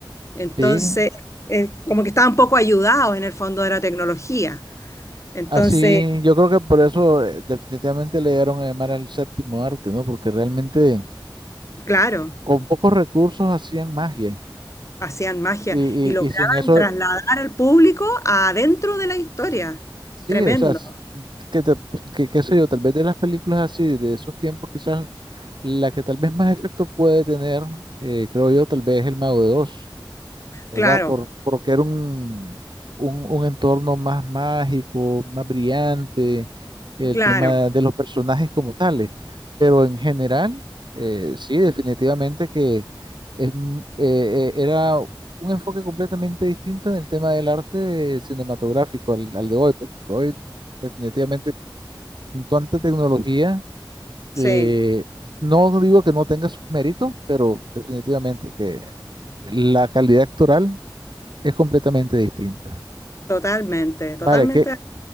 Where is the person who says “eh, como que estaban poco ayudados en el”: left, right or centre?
Left